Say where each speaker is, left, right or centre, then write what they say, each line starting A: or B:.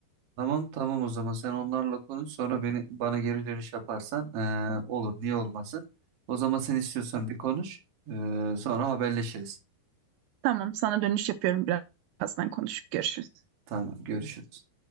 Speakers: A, on the right (about 55°); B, on the right (about 80°).
A: Tamam tamam o zaman sen onlarla konuş sonra beni bana geri dönüş yaparsan eee, olur niye olmasın. O zaman sen istiyorsan bir konuş eee, sonra haberleşiriz.
B: Tamam, sana dönüş yapıyorum birazdan konuşup görüşürüz.
A: Tamam görüşürüz.